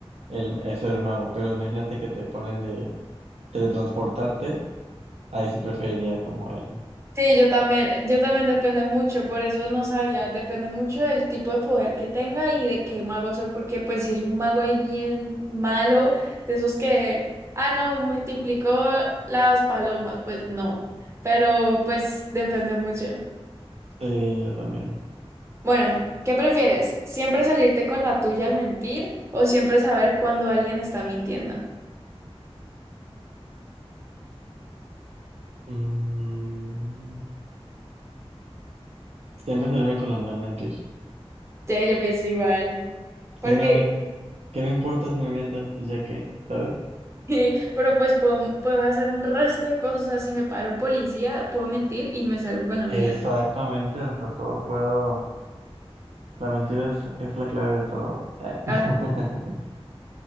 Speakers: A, on the right; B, on the right.
A: el, es ser el mago. Pero imagínate que te ponen de teletransportarte, ahí sí preferiría como él.
B: Sí, yo también, yo también depende mucho, por eso no sabía, depende mucho del tipo de poder que tenga y de qué mago soy, porque pues si es un mago ahí bien malo, de esos que, ah, no, multiplicó las palomas, pues no, pero pues depende mucho.
A: Sí, yo también.
B: Bueno, ¿qué prefieres? ¿Siempre salirte con la tuya al mentir o siempre saber cuándo alguien está mintiendo?
A: Mm, siempre salirme con la mía al mentir.
B: Sí, yo pienso igual, porque
A: Sí, no, a mí, ¿qué me importa si me mienten? Pues ya qué ¿sabes?
B: <laughs> Pero pues puedo, puedo hacer un resto de cosas. O sea, si me para un policía, puedo mentir y me salgo con la mía.
A: Exactamente, o sea, todo puedo. La mentira es, es la clave de todo. Eh. <laughs>
B: Ah, sí.